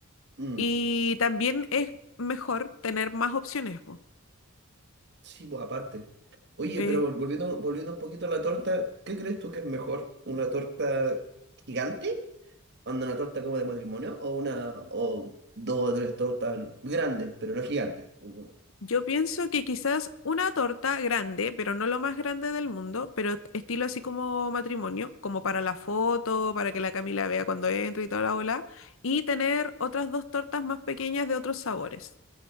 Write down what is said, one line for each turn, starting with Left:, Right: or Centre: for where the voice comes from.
Right: mm,
Left: Y también es mejor tener más opciones, po.
Right: sí, pues aparte. Oye,
Left: Eh,
Right: pero vol- volviendo, volviendo un poquito a la torta, ¿qué crees tú que es mejor? ¿Una torta gigante? ¿Onda una torta como de matrimonio? ¿O una, o dos o tres tortas grandes, pero no gigantes? Como,
Left: yo pienso que quizás una torta grande, pero no lo más grande del mundo, pero est- estilo así como matrimonio, como para la foto, para que la Camila vea cuando entre y toda la bola. Y tener otras dos tortas más pequeñas de otros sabores.